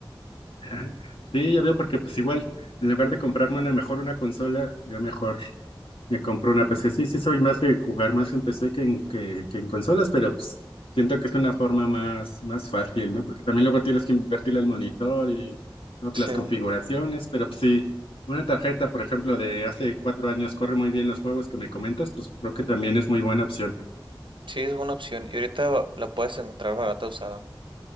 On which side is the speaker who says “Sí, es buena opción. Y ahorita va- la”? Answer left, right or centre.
Right